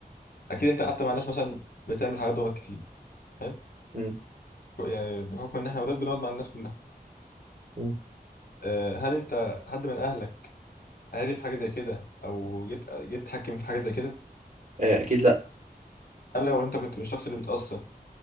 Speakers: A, on the left; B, on the right.
A: اكيد انت قعدت مع ناس مثلا بتعمل حاجات غلط كتير حلو
B: مم.
A: يعني بحكم ان احنا ولاد بنقعد مع الناس كلها
B: مم.
A: آه، هل انت حد من اهلك عارف حاجة زي كده أو جيت جيت تحكم في حاجة زي كده
B: آه، اكيد لا
A: هل لو أنت كنت مش الشخص اللي بيتأثر